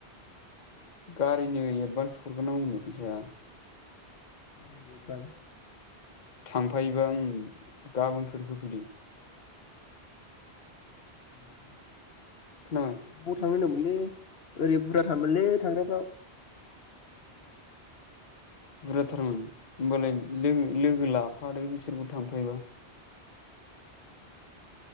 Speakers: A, on the left; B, on the left.
A: गारिनो एडभान्स हरगोरनावमनो फैसाया।
B: गारिनि एडभान्स?
A: थांफायोबा ओं गाबोनफोर होफैदो।
B: <unintelligible>
A: खोनाबाय
B: ब थांयो होनदोमो ओंलो ओरै बुरजा थामोनलै थाग्राफ्रा।
A: बुर्जा थारमोन। होमबालाय लोगो लोगो ला आरो बिसोरबो थांफायोबा